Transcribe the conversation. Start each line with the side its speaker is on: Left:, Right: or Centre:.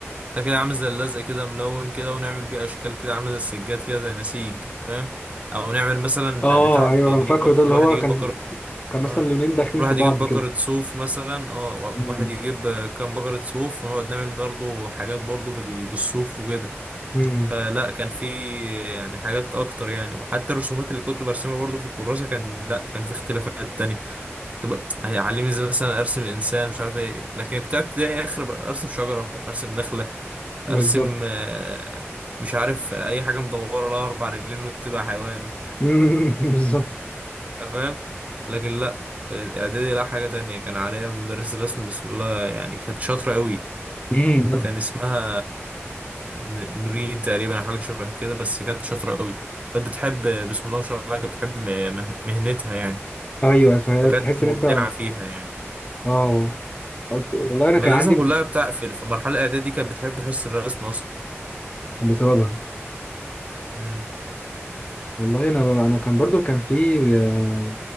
Right: ده كده عامل زي اللزق كده ملون كده ونعمل بيه اشكال كده عامله زي السجاد كده زي نسيج فاهم او نعمل مثلا
Left: اه
Right: بتاع بنجيب
Left: ايوه انا فاكره
Right: ب... كل
Left: ده اللي
Right: واحد
Left: هو
Right: يجيب
Left: كان
Right: بقرة
Left: كان مثلا
Right: اه
Left: لونين داخلين
Right: كل
Left: في
Right: واحد
Left: بعض
Right: يجيب بقرة
Left: كده
Right: صوف مثلا اه
Left: امم
Right: واحد يجيب آه، كام بقرة صوف ونقعد نعمل برضه حاجات برضه بال... بالصوف وكده
Left: امم
Right: فلا كان في يعني حاجات اكتر يعني وحتى الرسومات اللي كنت برسمها برضو في الكراسه كان لا كان في اختلافات تانية تبقى هيعلمني زي مثلا ارسم انسان مش عارف ايه لكن بتاع ابتدائي اخر ارسم شجره ارسم نخله
Left: بالظبط
Right: ارسم آه، مش عارف اي حاجه مدوره لها اربع رجلين وتبقى حيوان
Left: امم <laughs> بالظبط
Right: فاهم لكن لا اعدادي لا حاجه تانية كان عليا مدرس الرسم بسم الله يعني كانت شاطره قوي
Left: امم
Right: كان اسمها ن- نورين تقريبا أو حاجة شبه كده بس كانت شاطرة قوي كانت بتحب بسم الله ما شاء الله كانت بتحب م- مه- مهنتها يعني
Left: ايوه فتحس
Right: فكانت مبدعة
Left: ان انت
Right: فيها يعني
Left: اه قلت- والله انا
Right: المدرسة
Left: كان عندي
Right: كلها بتاع في في المرحلة الإعدادية دي كانت بتحب حصة الرسم أصلا
Left: بسببها
Right: امم
Left: والله انا انا كان برضو كان في آه،